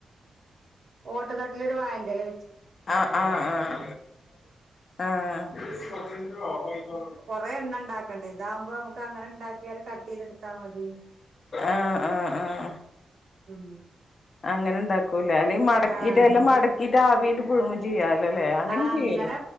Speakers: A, on the right; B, on the left.
A: ഓട്ട തട്ടിലൊരു വായെന്റെല
B: ആഹ് ആഹ് ആഹ് ആഹ്
A: കൊറെ എണ്ണം ഇണ്ടാക്ക ടേതാമ്പോ നമുക്ക് അങ്ങനെ ഇണ്ടാക്കിയാല് കട്ട് ചെയ്തെടുത്താ മതി
B: ആഹ് ആഹ് ആഹ്
A: ഉം
B: അങ്ങനെ ഇണ്ടാക്കുംലെ അല്ലെങ്കി മടക്കിയിട്ട്
A: ആഹ്
B: എല മടക്കിട്ട് ആവില് പുഴുങ്ങും ചെയ്യാലൊലേ അങ്ങനേം
A: ആഹ് അങ്ങനെ
B: ചെയ്യല്ലോ